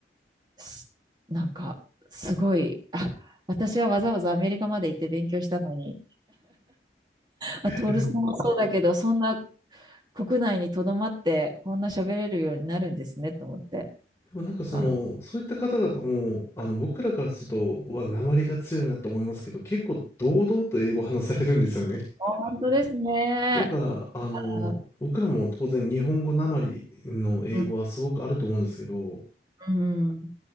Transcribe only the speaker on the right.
すなんか、すごい、あ、私はわざわざアメリカまで行って勉強したのに、あ、トールさんもそうだけど、
そんな国内にとどまって、こんな喋れるようになるんですねと思って。
あ、
本当ですね。
あ
うん、うんうん。